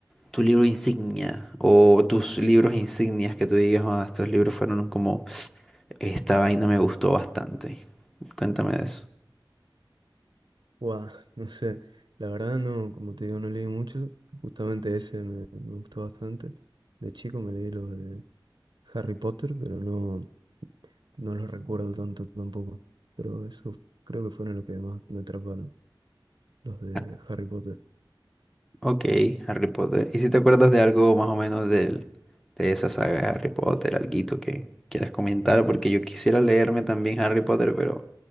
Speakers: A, in the centre; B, on the right.
A: tu libro insignia o tus libros insignias que tú digas, "Ah, estos libros fueron como, esta vaina me gustó bastante. Cuéntame de eso.
B: Guau, <laughs> no sé, la verdad no, como te digo, no leí mucho, justamente ese me, me gustó bastante. De chico me leí los de Harry Potter, pero no, no los recuerdo tanto tampoco. Pero eso creo que fueron los que más me atraparon, los de
A: Ah,
B: Harry Potter.
A: Ok, Harry Potter. ¿Y si te acuerdas de algo más o menos del, de esa saga de Harry Potter, alguito que quieras comentar? Porque yo quisiera leerme también Harry Potter, pero